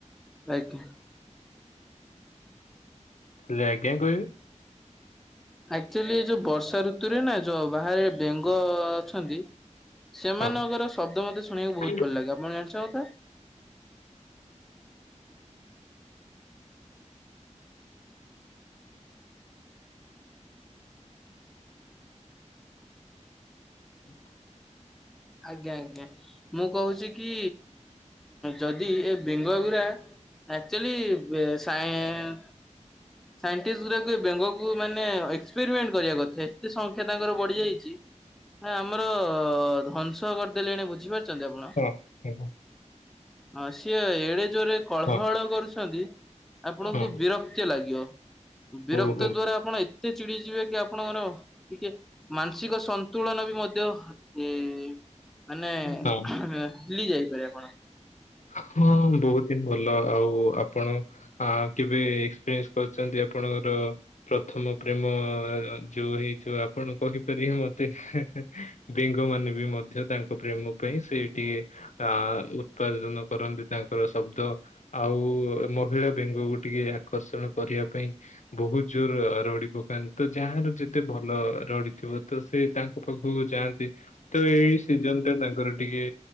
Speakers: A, in the centre; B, on the left.
A: ଆଜ୍ଞା।
B: ଖାଲି ଆଜ୍ଞା କହିବେ?
A: ଆକ୍ଚୁଆଲି ଯୋଉ ବର୍ଷା ଋତୁରେ ନା ଯୋଉ ବାହାରେ ବେଙ୍ଗ ଅଛନ୍ତି। ସେମାନଙ୍କର
B: ହଁ
A: ଶବ୍ ମତେ ଶୁଣିବାକୁ
B: ହଁ
A: ବହୁତ ଭଲ ଲାଗେ ଆପଣ ଜାଣି <unintelligible>
B: <unintelligible>
A: ଆଜ୍ଞା ଆଜ୍ଞା, ମୁଁ କହୁଛି କି ଯଦି ଏ ବେଙ୍ଗଗୁରା ଆକ୍ଚୁଆଲି ସାଇଟିଷ୍ଟ ଗଟାକୁ ବେଙ୍ଗ କୁ ମାନେ ଏକ୍ସପେରିମେଣ୍ଟ କରିବା କଥା ଏତେ ସଂଖ୍ୟା ତାଙ୍କର ବଢି ଯାଇଛି। ହ ଆମର ଧ୍ୱଂସ କରିଦେଲେଣି ବୁଝିପାରୁଛନ୍ତି ଆପଣ <inaudible>
B: ହଁ
A: ହଁ ସିଏ ଏଡେ ଜୋରେ କଳହଳ
B: ହଁ
A: କରୁଛନ୍ତି ଆପଣଙ୍କୁ
B: ହଁ।
A: ବିରକ୍ତ ଲାଗିବ। ବିରକ୍ତ
B: ଓହୋ ହଁ
A: ଦ୍ଵାରା ଆପଣ ଏତେ ଚିଡି ଯିବେ କି ଆପଣ ଟିକେ ମାନସିକ ସନ୍ତୁଳନ ବି ମଧ୍ୟ ଏ ମାନେ
B: ହଁ।
A: ଭୁଲି ଯାଇପାରେ ଆପଣ।
B: ହଉ ମୁଁ <unintelligible> ଏଇ ଭଲ ଆଉ ଆପଣ ଆଁ କେବେ ଏକ୍ସପ୍ରିଏନ୍ସ କରିଛନ୍ତି ଆପଣଙ୍କର ପ୍ର ପ୍ରଥମ ପ୍ରେମ ଆଁ ଯୋଉ ହେଇଥିବ ଯୋଉ ଆପଣ କହିପାରିବେ ମତେ ହେ ହେ ବେଙ୍ଗ ମାନ ଆମେବି ମଧ୍ୟ ତାଙ୍କ ପ୍ରେମ ପାଇଁ ସେଇଟି ଆଁ ଉଁ ଉପାର୍ଜନ କରନ୍ତି ତାଙ୍କର ଶବ୍ଦ ଆଉ ମହିଳା ବେଙ୍ଗକୁ ଟିକେ ଆକର୍ଷଣ କରିବା ତା ପାଇଁ ବହୁତ ଜୋର ର ରଡି ପକାନ୍ତି। ତ ଯାହାର ଯେତେ ଭଲ ରଡି ଥିବ ତ ସେ ତାଙ୍କ ପାଖକୁ ଯାନ୍ତି। ତ ଏଇ ସିଜନ ଟା ତାଙ୍କର ଟିକେ